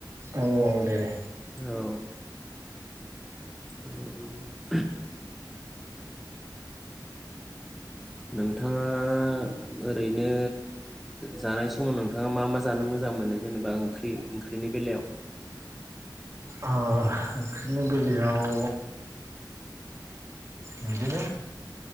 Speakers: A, on the right (about 40°); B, in the centre.
A: औ औ दे दे।
B: औ <inaudible> नोंथाङा ओरैनो जानाय समाव नोंथाङा मा मा जानो मोजां मोनो जेनेबा ओंख्रि ओंख्रिनि बेलायाव?
A: ओ ओंख्रिनि बेलायाव बिदिनो